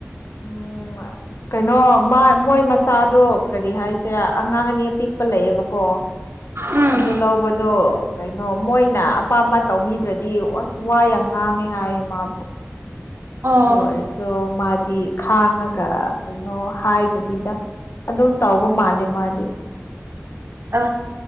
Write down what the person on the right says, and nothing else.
ꯎꯝ
ꯑꯣ
ꯑ